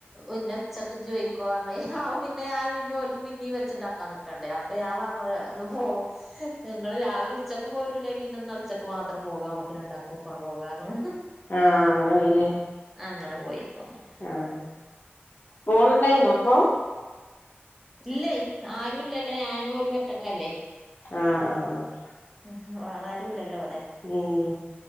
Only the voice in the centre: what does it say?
പിന്നെ ഉച്ചക്ക് ചോയിക്കുംന്ന് പറഞ്ഞ് അപ്പം പിന്നെ ഞാൻ പിന്നെ ഓല്ക്ക് പിന്നെയും വെച്ചുണ്ടാക്കാന്ന് ക്കണ്ടേ അപ്പൊ ഞാൻ പറഞ്ഞു ഇന്ന് പോ നിങ്ങള് രാവിലെ ഉച്ചക്കും പോരൂല്ലേ പിന്നെന്ന ഉച്ചക്ക് മാത്രം പോകാൻ നമ്മക്ക് രണ്ടാക്കും ഒപ്പാണ് പോകാന്ന്
അങ്ങനെ പോയിപ്പോന്നു
ഇല്ലേ ആരും ഇല്ലല്ലേ ഞാനും ഓലും ഒറ്റക്കല്ലേ
ഉം വേറെ ആരും ഇല്ലല്ലോ വടെ